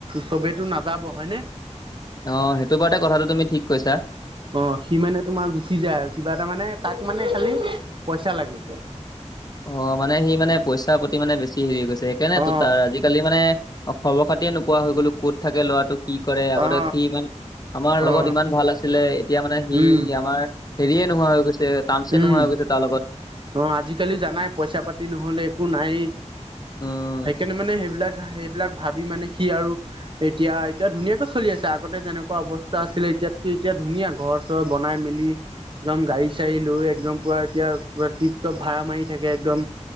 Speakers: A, on the right; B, on the left.
A: চবেইতো
B: আহ
A: নাযাব হয়নে
B: সেইটো বাৰতে কথাটো তুমি ঠিক কৈছা।
A: অ সি মানে তোমাৰ গুচি যায় আৰু কিবা এটা মানে তাক মানে খালি পইচা লাগে।
B: অ মানে সি মানে পইচাৰ প্ৰতি মানে বেছি হেৰি গৈছে সেইকাৰনেতো
A: অ
B: তাৰ আজিকালি মানে খবৰ- খাতিয়ে নোপোৱা হৈ গ'লো ক'ত থাকে ল'ৰাটো, কি কৰে, আগতে
A: অ
B: কি ইমান আমাৰ লগত
A: অ
B: ইমান ভাল আছিলে এতিয়া মানে সি
A: উম
B: আমাৰ হেৰিয়ে নোহোৱা হৈ গৈছে টানচ'এ
A: উম
B: নোহোৱা হৈ গৈছে তাৰ লগত।
A: অ আজিকালি জানাই পইচা- পাতি নহলে একো নাই।
B: উম
A: সেইকাৰণে মানে সেইবিলাক স বিলাক ভাবি মানে সি আৰু এতিয়া এতিয়া ধুনীয়াকৈ চলি আছে আগতে যেনেকুৱা অৱস্থা আছিলে এতিয়াতকে এতিয়া ধুনীয়া ঘৰ- চৰ বনাই মেলি একদম গাড়ী -চাৰী লৈ একদম পুৰা এতিয়া পৰা টিপ টপ ভাড়া মাৰি থাকে একদম